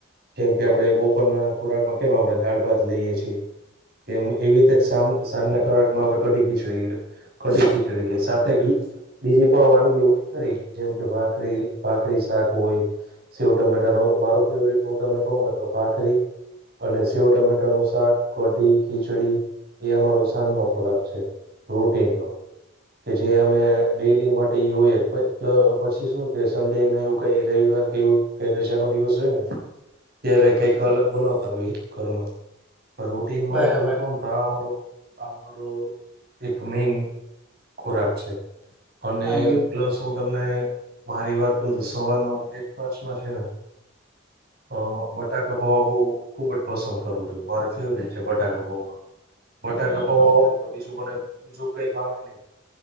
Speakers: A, on the right; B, in the centre.
A: જેમ કે આપણે બપોરના ખોરાકમાં કેમ આપણે દાળ ભાત લઈએ છીએ તેમ એવી રીતે સાજ સાંજના ખોરાક માં આપડે કઢી ખીચડી લઈએ કડી ખીચડી લઈ સાથે ઘી બીજી પણ વાનગી હોય ખરી જેમ કે ભાખરી ભાખરી શાક હોય સેવ ટમેટાનો મારો ફેવરેટ હું તમને કવ ને તો ભાકરી અને સેવ ટમેટા નું શાક કઢી ખીચડી એ અમારો સાંજનો ખોરાક છે રૂટીનનો કે જે અમે ડેલી માટે એ હોય પછી શું કે સંડેને એવું કઈ રવિવાર એવુ કે રજા નો દિવસ હોય ને ત્યારે કઈક અલગ બનાવતા હોય ઘરમાં પણ રો ટ્રેનમાં
B: બરાબર
A: હું તમને કઉં ને તો આ અમારો આ અમારો એક મેન ખોરાક છે અને
B: હા બિલકુલ
A: પ્લસ હું તમને મારી વાત કઉ તો સવારનો બ્રેકફાસ્ટમાં છે ને અ બટાકા પૌવા બઉ ખુબ જ પસંદ કરું છું મારે ફેવરિટ છે બટાકા પૌવા બટાકા પવા
B: બરાબર
A: હોય તો બીજું મને બીજું કઈ ભાવે નહી